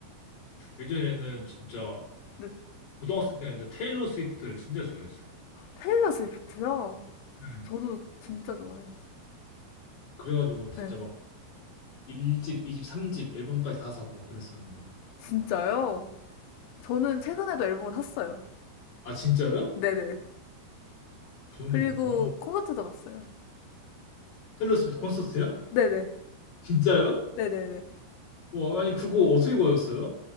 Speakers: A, on the left (about 65°); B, on the left (about 80°).
A: 예전에는 진짜
B: 네.
A: 고등학생 때는 이제 테일러 스위프트를 진짜 좋아했어요.
B: 테일러 스위프트요?
A: 음.
B: 저도 진짜 좋아해요.
A: 그래가지고 진짜
B: 네.
A: 막 1집, 2집, 3집 앨범까지 다 사고 막 그랬었는데.
B: 진짜요? 저는 최근에도 앨범을 샀어요.
A: 아, 진짜요?
B: 네네.
A: 그 정도구나.
B: 그리고 콘서트도 갔어요.
A: 테일러 스위프트 콘서트요?
B: 네네.
A: 진짜요?
B: 네네네.
A: 와, 아니 그거 어떻게 거였어요?